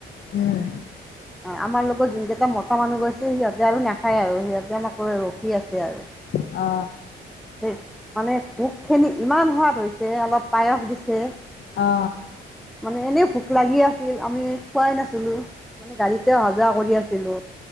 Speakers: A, on the left (about 60°); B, in the centre.
A: উম।
B: <inaudible> আমাৰ লগত জোন কেইটা মতা মানুহ গৈছে সিহঁতে আৰু নাখায় আৰু সিহঁতে আমাক ৰৈ ৰখি আছে আৰু।
A: অ।
B: ধে মানে ভোগখিনি ইমান সোৱাদ হৈছে, অলপ পায়স দিছে।
A: অ', অ', অ',
B: মানে এনেই ভোক লাগি আছিল আমি খোৱাই নাছিলোঁ। মানে গাড়ীতে অহা যোৱা কৰি আছিলো।